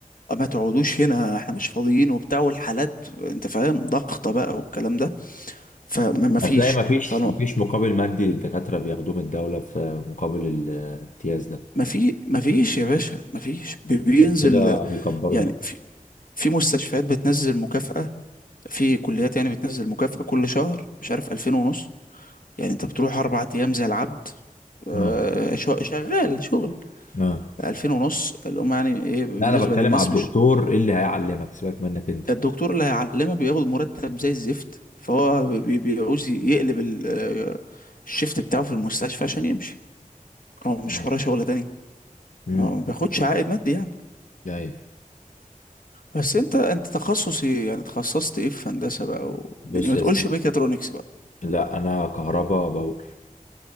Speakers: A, on the left; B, on the left.
A: آه، ما تقعدوش هنا احنا مش فاضيين وبتاع والحالات انت فاهم ضغطه بقى والكلام ده فما ما فيش
B: هتلاقي مفيش
A: فما
B: مفيش مقابل مادي للدكاترة بياخدوه من الدولة في مقابل الامتياز ده
A: ما في ما فيش يا باشا ما فيش بي- بينزل
B: عشان كده بيكبروا
A: يعني
B: دماغهم.
A: في في مستشفيات بتنزل مكافأة في كليات يعني بتنزل مكافأة كل شهر مش عارف ألفين ونص يعني أنت بتروح أربع أيام زي العبد آه،
B: اه
A: شو- شغال شغل
B: اه
A: ألفين ونص اللي هم يعني إيه بالنسبة
B: لا انا بتكلم
A: للناس
B: على الدكتور
A: مش
B: اللي هيعلمك سيبك منك انت
A: الدكتور اللي هيعلمك بياخد مرتب زي الزفت فهو بي- بيعوز يقلب ال- آه، الشيفت بتاعه في المستشفى عشان يمشي هو مش
B: ايوه
A: وراه شغل تاني
B: امم
A: هو ما بياخدش عائد مادي يعني
B: ايوه
A: بس انت انت تخصص ايه يعني تخصصت ايه في هندسة بقى والدنيا
B: بص
A: ما
B: يا
A: تقولش
B: سيدي
A: ميكاترونكس بقى
B: لا انا كهربا باور